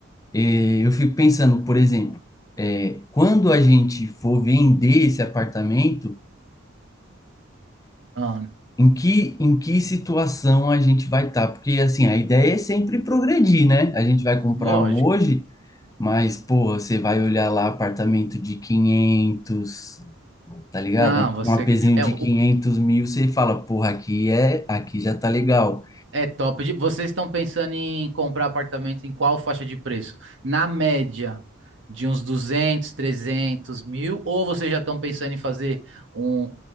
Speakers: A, on the left; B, on the right.
A: é, eu fico pensando, por exemplo, é, quando a gente for vender esse apartamento,
B: Ah,
A: Em que, em que situação a gente vai estar? Porque, assim, a ideia é sempre progredir, né? A gente vai comprar
B: lógico.
A: um hoje, mas, pô, você vai olhar lá apartamento de quinhentos tá ligado?
B: Não, você.
A: Um apezinho
B: É,
A: de
B: o
A: quinhentos mil, você fala, porra, aqui é, aqui já tá legal.
B: É top. De- Vocês estão pensando em comprar apartamento em qual faixa de preço? Na média de uns 200, 300 mil? Ou vocês já estão pensando em fazer um,